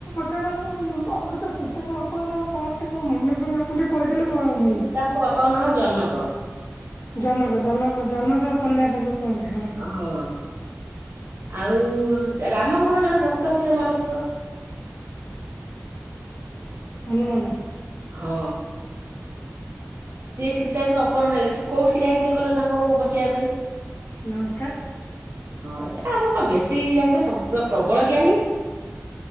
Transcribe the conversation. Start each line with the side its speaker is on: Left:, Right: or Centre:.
Left: ସେରା ଉଁମ ଅବଶ୍ୟ ସୀତାଙ୍କ ବାପାଙ୍କ ନାଁ କଣ ଟିକେ ମୋର ମନେ ପଡୁନି ଆପଣ ଟିକେ କହିଦେଲେ ମୋର ମ
Right: ତାଙ୍କ ବାପାଙ୍କ ନାମ ଜନକ।
Left: ଜନକ ଜନକ ଜନକ କନ୍ୟା ତାଙ୍କୁ କୁହନ୍ତି ହଁ।
Right: ଅହଁ ଆଉ ସ୍ ରାମଙ୍କର ଜଣେ ଭକ୍ତ ଥିଲେ ମନଥିବ।
Left: ସ୍ ହନୁମାନ।
Right: ହଁ। ସିଏ ସୀତା ଯେତେଳେ ଅପହରଣ ହେଲେ ସେ କୋଉଠିକି ଯାଇଥିଲେ କହିଲ ତାଙ୍କୁ ବଞ୍ଚେଇବା ପାଇଁ?
Left: ଲଙ୍କା
Right: ହଁ ଏ ଆପଣ ପା ବେଶୀ ଜାଣିଚନ୍ତି ସବୁ ପୁରା ପ୍ରବଳ ଜ୍ଞାନୀ।